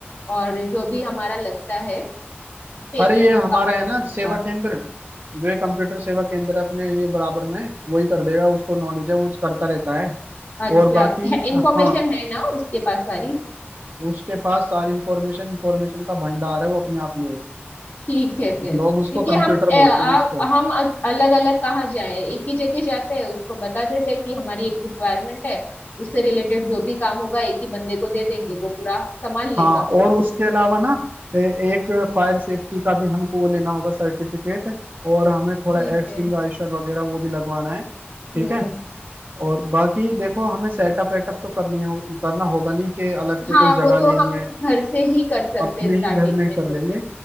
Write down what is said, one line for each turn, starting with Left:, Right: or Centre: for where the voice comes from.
Left: और जो भी हमारा लगता है पेमेंट
Right: अरे ये हमारा
Left: अकाउंट
Right: है
Left: वगैरह
Right: ना सेवा
Left: का
Right: केंद्र जो ये कंप्यूटर सेवा केंद्र है अपने ये बराबर में वही कर देगा उसको नॉलेज है वो उस करता रहता है
Left: अच्छा
Right: और बाकी
Left: इंफॉर्मेशन
Right: हाँ
Left: है ना उसके पास सारी
Right: उसके पास सारी इंफॉर्मेशन इंफॉर्मेशन का भंडार है वो अपने आप में एक
Left: ठीक है फिर
Right: लोग
Left: क्योंकि
Right: उसको कंप्यूटर
Left: हम अ, आ,
Right: बोलते हैं उसको
Left: हम अलग अलग कहाँ जाए एक ही जगह जाते हैं उसको बता देते हैं कि हमारी एक रिक्वायरमेंट है उससे रिलेटेड जो भी काम होगा एक ही बंदे को दे देंगे वो पूरा संभाल लेगा
Right: हाँ और उसके अलावा ना ए- एक फायर सेफ्टी का भी हमको वो लेना होगा सर्टिफिकेट और हमें थोड़ा
Left: ठीक
Right: एक्सटिंग्विशर
Left: है
Right: वगैरह वो भी लगवाना है ठीक
Left: हम्म
Right: है और बाकी देखो हमें सेटअप वेटअप तो करनी हो करना होगा नहीं कि अलग से
Left: हाँ
Right: कोई
Left: वो
Right: जगह
Left: तो
Right: लेनी
Left: हम
Right: है
Left: घर से ही कर सकते
Right: अपने
Left: हैं स्टार्टिंग
Right: ही घर में
Left: में
Right: कर
Left: तो
Right: लेंगे